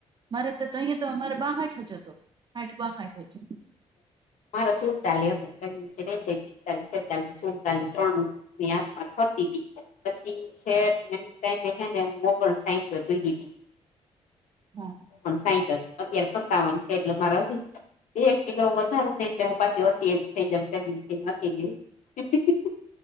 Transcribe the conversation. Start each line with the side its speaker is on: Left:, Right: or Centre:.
Right: મારે તો તો અહીંયા તો અમારે બાહઠ ઠજતો હાઠ બા ખાઠજો
Left: મારા સુરતાલી હતું <unintelligible> છેતાલી સુદતળી ત્રણ એની આસપાસ ફરતી તી. પછી છેટ એન ટાઈમે હે ને મોકલ સાઈઠે દીધીતી.
Right: હા
Left: પણ સાઈઠ જ અત્યારે સત્તાવન છે એટલે મારે હજી બે કિલો હું વધારુંને એટલે હું પાછી હતી એવી જ થઇ જાઉં <inaudible> હતી ને એવી.